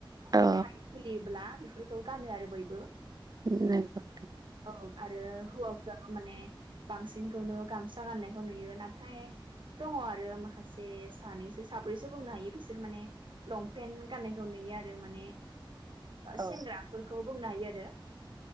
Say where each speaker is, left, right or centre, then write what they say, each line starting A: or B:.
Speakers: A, on the right (about 65°); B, on the right (about 45°).
A: खुंथाइ
B: औ
A: सोलियोब्ला बेफोरखौ गानो आरो बयबो
B: <unintelligible>
A: औ आरो हौवाफ्राबो माने बांसिनखौनो गामसा गाननायखौ नुयो नाथाय दङ आरो माखासे सानैसो साब्रैसो बुंनो हायो बिसोर माने लंपेन्ट गाननायखौ नुयो आरो माने
B: औ
A: सेंग्रा खौ बुंनो हायो आरो